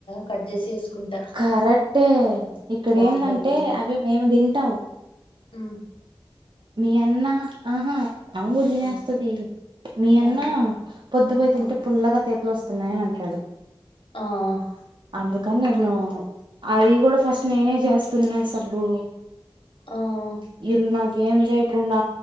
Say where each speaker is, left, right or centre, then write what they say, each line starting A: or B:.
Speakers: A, on the left (about 70°); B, on the right (about 60°).
A: కట్ చేసి వేసుకుంటా
B: కరెట్ ఇక్కడ
A: బాగుంటది
B: ఎందంటే అవి మేము తింటాం
A: ఉ
B: మీ అన్నా ఆహా ఆమ్ కూడ తినేస్తది
A: ఆ
B: మీ అన్నా
A: ఆ
B: పొద్దు పోయి తింటే
A: ఆ
B: పుల్లగా తేపులు వస్తున్నాయి ఆ టడు
A: ఆ
B: అందుకని నేను అవి కూడా ఫస్ట్ నేనే చేస్తున్నా సుబ్బు
A: ఆ
B: <unintelligible> ఏం చేయకుండా